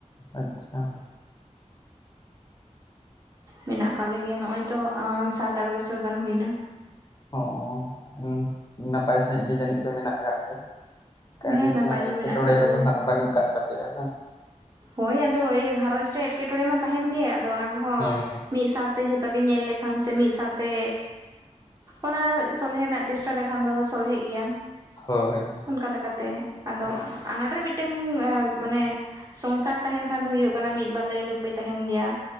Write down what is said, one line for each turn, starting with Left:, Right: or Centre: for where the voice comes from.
Left: ᱟᱪᱪᱷᱟ ᱾
Right: ᱢᱮᱱᱟᱜ ᱟᱠᱟᱫ ᱞᱮ ᱜᱮᱭᱟ ᱱᱚ ᱚᱭ ᱛᱚ ᱥᱟᱛ ᱟᱴ ᱵᱚᱪᱷᱚᱨ ᱜᱟᱱ ᱦᱩᱭᱱᱟ᱾
Left: ᱚᱸ ᱚᱸ ᱱᱟᱯᱟᱭ ᱥᱟᱦᱤᱡ ᱜᱤ ᱡᱟᱹᱱᱤᱡ ᱯᱮ ᱢᱮᱱᱟᱜ ᱟᱠᱟᱫ ᱯᱮ᱾ ᱠᱟᱹᱴᱤᱡ
Right: ᱦᱮᱸ ᱱᱟᱯᱟᱭ ᱜᱮ
Left: ᱮᱴᱠᱮᱴᱚᱬᱮ
Right: ᱢᱮᱱᱟᱜ ᱟᱠᱟᱫ
Left: ᱠᱚᱫᱚ
Right: ᱞᱮᱭᱟ᱾
Left: ᱦᱟᱸᱜ ᱵᱟᱹᱱᱩᱜ ᱠᱟᱜ ᱛᱟᱯᱮᱭᱟ ᱵᱟᱝ?
Right: ᱦᱳᱭ ᱟᱫᱚ ᱤᱭᱟᱹ ᱜᱷᱟᱨᱚᱚᱸᱡᱽ ᱨᱮ ᱮᱴᱠᱮᱴᱚᱲᱮ ᱢᱟ ᱛᱟᱦᱮᱱ ᱜᱮ ᱟᱫᱚ ᱚᱱᱟ ᱠᱚᱦᱚᱸ
Left: ᱦᱮᱸ
Right: ᱢᱤᱫ ᱥᱟᱣ ᱛᱮ ᱡᱷᱚᱛᱚ ᱜᱮ ᱧᱮᱞ ᱞᱮᱠᱷᱟᱱ ᱥᱮ ᱢᱤᱫ ᱥᱟᱶᱛᱮ ᱚᱱᱟ ᱥᱚᱞᱦᱮ ᱨᱮᱱᱟᱜ ᱪᱮᱥᱴᱟ ᱞᱮᱠᱷᱟᱱ ᱫᱚ ᱥᱚᱞᱦᱮ ᱜᱮᱭᱟ᱾
Left: ᱦᱳᱭ ᱾
Right: ᱚᱱᱠᱟ ᱞᱮᱠᱟᱛᱮ, ᱟᱫᱚ ᱟᱱᱟᱴᱨᱮ ᱢᱤᱫᱴᱟᱝ ᱢᱟᱱᱮ ᱥᱚᱝᱥᱟᱨ ᱛᱟᱦᱮᱱ ᱠᱷᱟᱱ ᱫᱚ ᱦᱩᱭᱩᱜ ᱠᱟᱱᱟ ᱢᱤᱫ ᱵᱟᱨ ᱞᱟᱹᱭ ᱞᱟᱹᱯᱟᱹᱭ ᱛᱟᱦᱮᱱ ᱜᱮᱭᱟ᱾